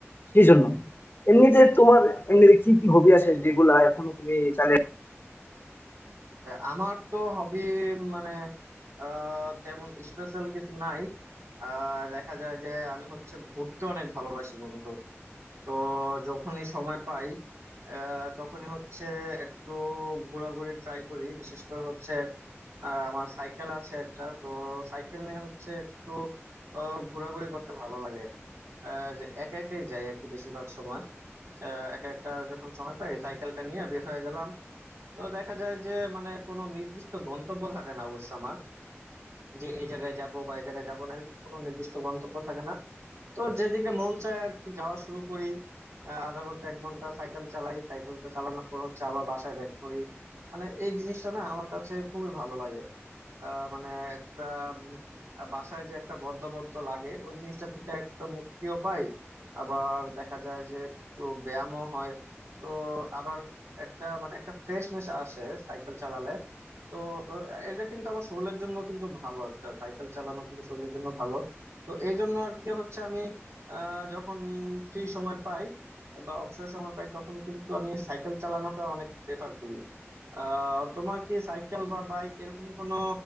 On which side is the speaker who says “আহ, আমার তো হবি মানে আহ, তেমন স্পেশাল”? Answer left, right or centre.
Right